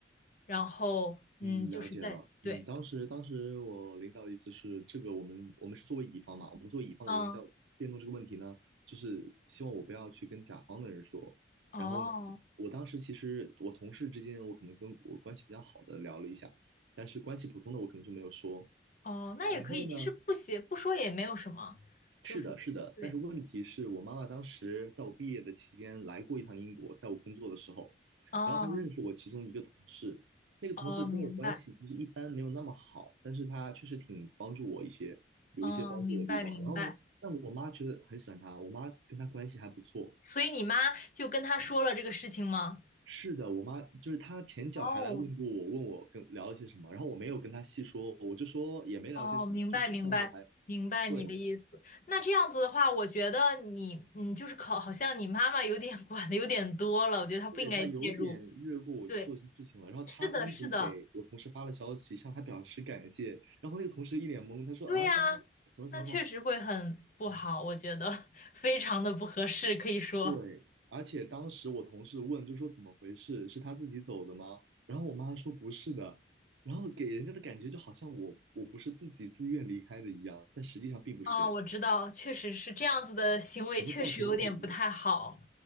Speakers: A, on the left; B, on the right.
A: 然后嗯，
B: 嗯，
A: 就是在对，
B: 了解了。嗯，当时当时我领导的意思是，这个我们我们是作为乙方嘛，我们作为乙方的人员要辩论这个问题呢，
A: 嗯，
B: 就是希望我不要去跟甲方的人说。
A: 哦。
B: 然后呢，我当时其实我同事之间，我可能跟我关系比较好的聊了一下，但是关系普通的我可能就没有说。
A: 哦，
B: 然后呢，
A: 那也可以，其实不写不说也没有什么，就是对，
B: 是的，是的，但是问题是我妈妈当时在我毕业的期间来过一趟英国，在我工作的时候，
A: 哦
B: 然后她认识我其中一个同事，那个同事跟我关系其实一般没有那么好，
A: 哦，明白，
B: 但是他确实挺帮助我一些，有一些帮助我的地方。
A: 哦，明白明白。
B: 然后呢，但我妈觉得很喜欢他，我妈跟他关系还不错。
A: 所以你妈就跟他说了这个事情吗？
B: 是的，我妈就是她前脚还来问过我，
A: 哦
B: 问我跟聊了些什么，然后我没有跟她细说，我就说也没聊些什么，
A: 哦，明白明白明白你的意思。
B: 就是这个项目还对，
A: 那这样子的话，我觉得你嗯，就是考，好像你妈妈有点 <laughs> 管的有点多了，我觉得她不应该介入。
B: 对，他有点越过我去做一些事情了，
A: 对，
B: 然后他单独给我同事发了消息，
A: 是的，是的，
B: 向他表示感谢，然后那个同事一脸懵，他说啊，
A: 对呀，
B: 他说什么情况？
A: 那确实会很不好，我觉得 <laughs> 非常的不合适，可以说。
B: 对，而且当时我同事问，就说怎么回事？是他自己走的吗？然后我妈说不是的，然后给人家的感觉就好像我我不是自己自愿离开的一样，但实际上并不是这样，
A: 哦，我知道，确实是这样子的行为，
B: 也会造成误会。
A: 确实有点不太好，